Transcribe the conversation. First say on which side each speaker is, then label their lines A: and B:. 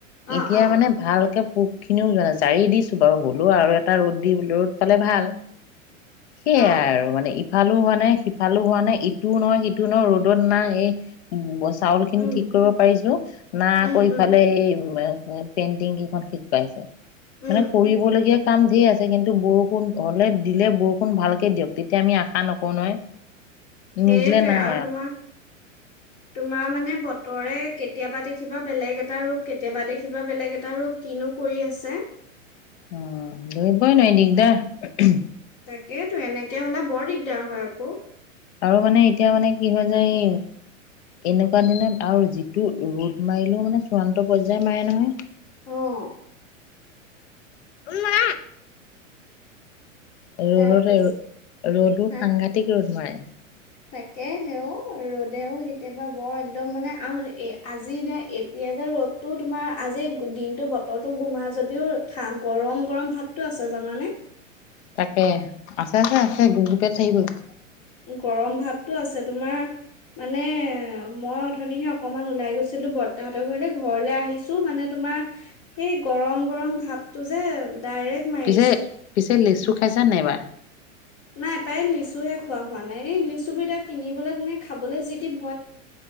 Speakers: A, on the left; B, on the left.
A: অ
B: এতিয়া
A: অ
B: মানে ভালকে পুক খিনিও যোৱা নাই জাৰি দিছো বাৰু হ'লেও আৰু এটা ৰ'দ ৰ'দ পালে ভাল সেইয়াই
A: অ
B: আৰু মানে সিফালো হোৱা নাই সিফালো হোৱা নাই ইটো নহয় সিটো নহয় ৰ'দত নাই এই বস্তা চাউল খিনি
A: উম
B: ঠিক কৰিব পাৰিছো না আকৌ
A: উম
B: ইফালে
A: উম
B: এই পেইণ্টিং কেইখন শিকোৱাইছে মানে
A: উম
B: কৰিবলগীয়া কাম যি আছে। কিন্তু বৰষুণ হলে - দিলে বৰষুণ ভালকে দিয়ক তেতিয়া আমি আশা নকৰো নহয়।
A: সেইটোৱে
B: নিদিলে নাই
A: আৰু তোমাৰ তোমাৰ মানে বতৰে কেতিয়াবা দেখিবা বেলেগ এটা ৰূপ, কেতিয়াবা দেখিবা বেলেগ এটা ৰূপ। কিনো কৰি আছে।
B: উম। ধৰিবই নোৱাৰি দিগদাৰ।
A: তাকেইেতো। এনেকে হলে বৰ দিগদাৰ হয় আকৌ।
B: আৰু মানে এতিয়া মানে কি হয় যে এই এনেকুৱা দিনত আৰু যিটো ৰ'দ মাৰিলেও মানে চূড়ান্ত পৰ্যায় মাৰে নহয়।
A: অঁ।
B: <unintelligible> ৰদতে
A: তাৰপিছ
B: ৰ'দো
A: হা
B: সাংঘাতিক ৰ'দ মাৰে।
A: তাকে সেও ৰ'দেও কেতিয়াবা বৰ একদম মানে আহ এ আজি নে এতিয়া যে ৰ'দটো তোমাৰ আজি দিনটো বতৰতো গোমা যদিও <unintelligible> গৰম গৰম ভাৱটো আছে জানানে?
B: তাকে। আছে আছে আছে <unintelligible>
A: গৰম ভাৱটো আছে তোমাৰ মানে মই অথনিহে অকমান ওলাই গৈছিলো বৰতাহতৰ ঘৰলে, ঘৰলে আহিছো মানে তোমাৰ সেই গৰম গৰম ভাৱটো যে ডাইৰেক্ট মাৰিছে
B: পিছে পিছে লিচু খাইছা নাই এইবাৰ?
A: নাই প্ৰায় লিচু হে খোৱা হোৱা নাই, এই লিচুবিধক কিনিবলে নে খাবলৈ যিটি
B: <unintelligible>